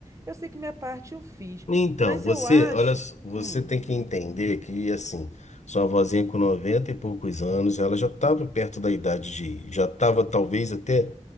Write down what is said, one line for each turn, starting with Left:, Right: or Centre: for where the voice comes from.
Right: Eu sei que minha parte eu fiz,
Left: Então,
Right: mas
Left: você,
Right: eu acho.
Left: olha, só, você
Right: hum,
Left: tem que entender que, assim, sua vozinha com 90 e poucos anos, ela já estava perto da idade de, já estava talvez até